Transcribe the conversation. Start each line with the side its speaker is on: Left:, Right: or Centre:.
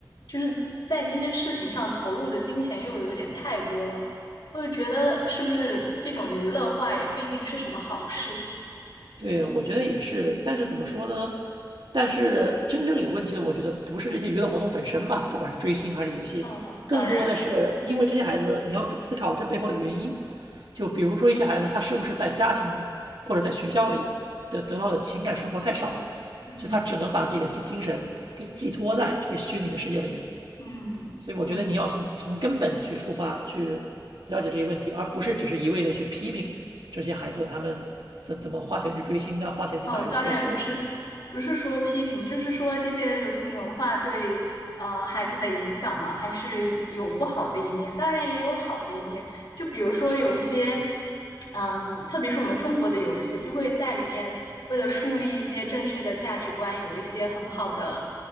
Left: 就是在这些事情上投入的金钱又有点太多了。我就觉得是不是这种娱乐化也不一定是什么好事。
Right: 对，我觉得也是，但是怎么说呢？但是真正有问题的，我觉得不是这些娱乐活动本身吧，不管是追星还是游戏，
Left: 嗯，
Right: 更多的是因为这些孩子，
Left: 当然，
Right: 你要思考这背后的原因。就比如说一些孩子，他是不是在家庭或者在学校里的得到的情感生活太少了，
Left: 嗯
Right: 所以他只能把自己的精精神给寄托在这些虚拟的世界里面。
Left: 嗯嗯。
Right: 所以我觉得你要从从根本去出发去了解这些问题，而不是只是一味的去批评这些孩子他们怎怎么花钱去追星啊、花钱去打游戏啊之类的。
Left: 嗯，当然不是，不是说批评，就是说这些流行文化对呃孩子的影响嘛，还是有不好的一面，当然也有好的一面。就比如说有一些，嗯，特别是我们中国的游戏，就会在里面为了树立一些正确的价值观，有一些很好的